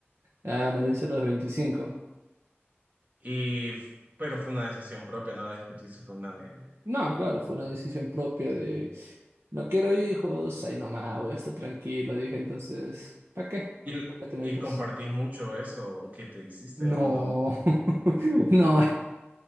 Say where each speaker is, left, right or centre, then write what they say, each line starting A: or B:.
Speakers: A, on the right; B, on the right.
A: Ah, me lo hice a los 25.
B: Y, pero fue una decisión propia, no la discutiste con nadie.
A: No, claro, fue una decisión propia de no quiero hijos, ahí nomás voy a estar tranquilo, dije entonces, ¿para qué?
B: ¿Y,
A: ¿Para qué tener
B: y
A: hijos?
B: compartís mucho eso que te hiciste
A: No,
B: o no?
A: <laughs> no,